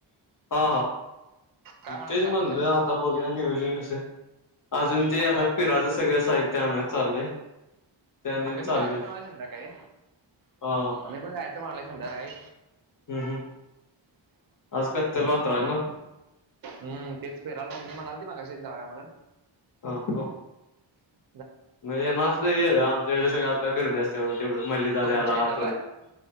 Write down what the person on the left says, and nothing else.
हा हा
तेच
म्हणलं
आता बघ नज कस अजून ते
आता
पिराचं सगळ साहित्य आण चाललंय त्याने
चालले
हा
हम्म हम् आज कत्यलयात्रा आहे ना
ह ह
मग येणार असलं तर ये आमच्याकडे सगळ आता गर्दी असत्या तेवढं मलिदा
द्यायला
परत